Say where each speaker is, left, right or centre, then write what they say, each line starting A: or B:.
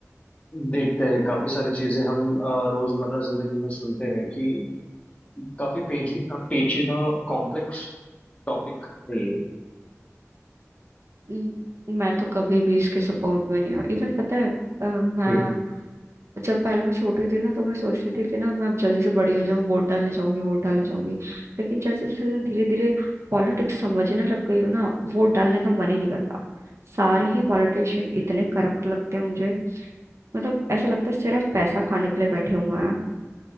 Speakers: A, on the left; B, on the right.
A: देखते हैं काफी सारी चीजें हम अ, रोजमर्रा जिंदगी में सुनते हैं कि काफी पेची पेचीदा कॉम्प्लेक्स टॉपिक है ये
B: हम्म, मैं तो कभी भी इसके सपोर्ट में नहीं हूँ इवन पता है अ, मैं
A: हम्म।
B: जब पहले मैं छोटी थी ना तो मैं सोचती थी कि ना मैं अब जल्दी से बड़ी हो जाऊं वोट डालने जाऊंगी वोट डालने जाऊंगी लेकिन जैसे जैसे धीरे धीरे पॉलिटिक्स समझने लग गई हो ना वोट डालने का मन ही नहीं करता सारे ही पॉलिटिशियन इतने करप्ट लगते हैं मुझे मतलब ऐसा लगता है सिर्फ पैसा खाने के लिए बैठे हुए हैं